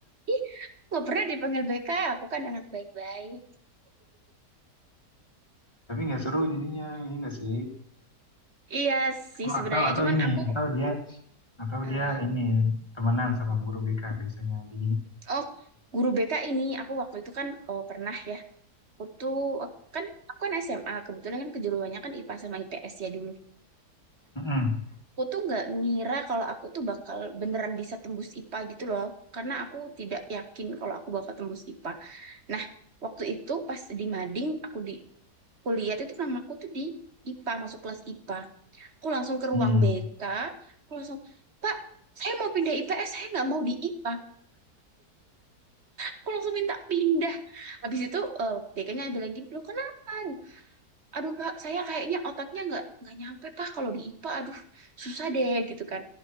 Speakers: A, on the right; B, on the left.
A: Ih, nggak pernah dipanggil BK. Aku kan anak baik-baik.
B: Tapi nggak seru jadinya, iya nggak sih?
A: Iya sih
B: Oh,
A: sebenarnya,
B: atau atau
A: cuman
B: ini
A: aku
B: atau dia atau
A: eh,
B: dia ini temenan sama guru BK biasanya jadi
A: oh guru BK ini aku waktu itu kan oh, pernah ya. Aku tuh kan aku kan SMA kebetulan kan kejuruannya kan IPA sama IPS ya dulu.
B: Mm-mm.
A: aku tuh nggak ngira kalau aku tuh bakal beneran bisa tembus IPA gitu loh karena aku tidak yakin kalau aku bakal tembus IPA nah waktu itu pas di mading aku di kuliah itu namaku tuh di IPA masuk kelas IPA aku langsung ke ruang
B: Hmm.
A: BK aku langsung Pak saya mau pindah IPS saya nggak mau di IPA aku langsung minta pindah habis itu eh BK-nya bilang gini loh kenapa aduh Pak, saya kayaknya otaknya nggak nggak nyampe Pak kalau di IPA, aduh susah deh gitu kan.